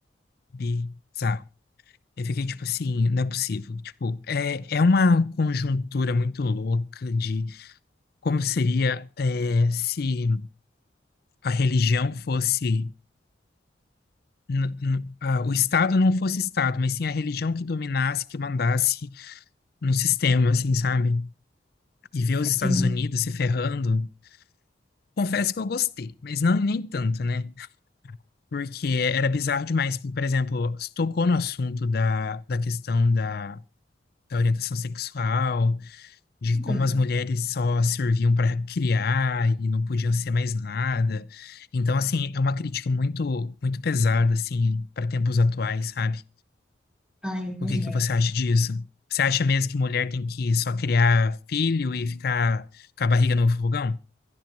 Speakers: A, on the left; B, in the centre.
A: bizarro. Eu fiquei tipo assim, não é possível. Tipo, é, é uma conjuntura muito louca de como seria é, se a religião fosse. n- n- ah, o Estado não fosse Estado, mas sim a religião que dominasse, que mandasse no sistema, assim, sabe? E ver os Estados
B: Sim.
A: Unidos se ferrando Confesso que eu gostei, mas não nem tanto, né? Porque era bizarro demais. Por exemplo, tocou no assunto da, da questão da, da orientação sexual, de como
B: Hum.
A: as mulheres só serviam para criar e não podiam ser mais nada. Então, assim, é uma crítica muito, muito pesada, assim, para tempos atuais, sabe?
B: Ai, eu imagino.
A: O que que você acha disso? Você acha mesmo que mulher tem que só criar filho e ficar com a barriga no fogão?